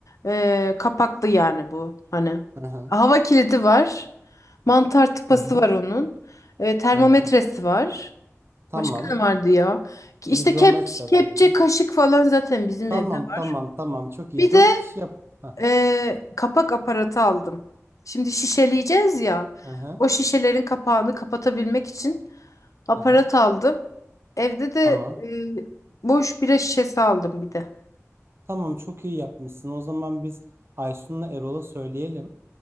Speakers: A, on the left; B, on the right.
A: E, kapaklı yani bu hani.
B: hı
A: Hava kilidi var. Mantar tıpası
B: hı hı.
A: var onun. E, termometresi
B: hı hı.
A: var.
B: Tamam.
A: Başka ne vardı ya? Ki
B: Hidrometre
A: İşte kep, kepçe,
B: belki.
A: kaşık falan zaten bizim
B: Tamam
A: evde var.
B: tamam tamam çok iyi.
A: Bir
B: Dört
A: de
B: kişi yap. Heh,
A: ee, kapak aparatı aldım. Şimdi şişeleyeceğiz ya.
B: Aha,
A: O şişelerin kapağını kapatabilmek için aparat
B: aha,
A: aldım. Evde de
B: tamam.
A: e, boş bira şişesi aldım bir de.
B: Tamam çok iyi yapmışsın. O zaman biz Aysun'la Erol'a söyleyelim.